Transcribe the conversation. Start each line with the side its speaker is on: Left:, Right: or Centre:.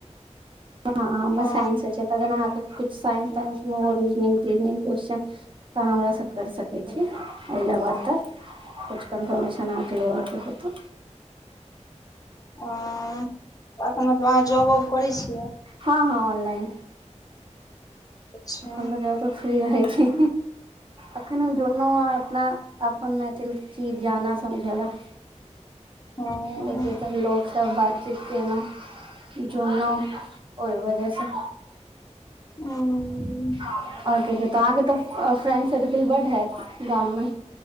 Right: हँ हमे
Left: ओ
Right: साइंस छै त अगर अहाँके कुछ साइंस ताइंस मे होल तनिंग क्वस्न तऽ हमरा सब कर सकै छी अला बाद तक कुछ कन्फर्मेशन आके लेबाक के हेतौ
Left: हं अह जॉब आउब करै छियै
Right: हँ हँ ऑनलाइन
Left: अच्छा
Right: हमर जगह तऽ फ्री रहै छै अखन हम जुड़लौं हँ अपना अपन मैथिल चीज जानऽ समझऽ लेऽ
Left: हम्म
Right: बेैसे तऽ लोकसभ बातचीत केयलौंह जोरनाय ओहि वजह सऽ
Left: हूं
Right: अहाँके तऽ फ्रेंड सर्किल बड्ड हेऽत गाम मे